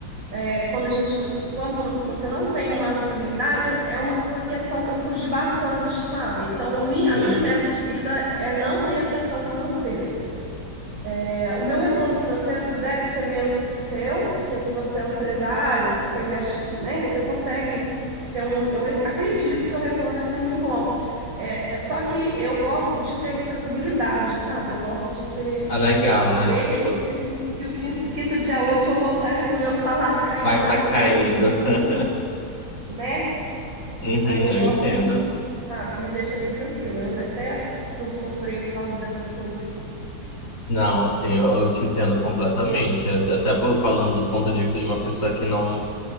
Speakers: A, on the right (about 70°); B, on the left (about 55°).
A: é, quando a gente, quando você não tem uma estabilidade, é uma co- questão que eu fugi bastante, sabe? Então, o mi- a
B: sim.
A: minha meta de vida é não ter aflição financeira. É, O meu retorno financeiro deve ser menos que o seu, porque você é um empresário, você investe, né? Você consegue ter um. Eu acredito que seu retorno deve ser muito bom. É, é só que eu gosto de ter estabilidade, sabe? Eu gosto de ter,
B: É legal,
A: de saber
B: né? Tipo,
A: que, que, que o tin- quinto dia útil eu vou estar com o meu salário caído
B: vai
A: na
B: tá
A: conta
B: caindo.
A: ali direitinho,
B: <laughs>
A: né?
B: Uhum,
A: Aí eu
B: eu
A: gosto
B: entendo.
A: muito disso, sabe? Me deixa bem tranquila. Eu detesto sofrer por causa dessas coisas assim.
B: Não, sim, eu, eu te entendo completamente. Até até falando do ponto de vista de uma pessoa que não.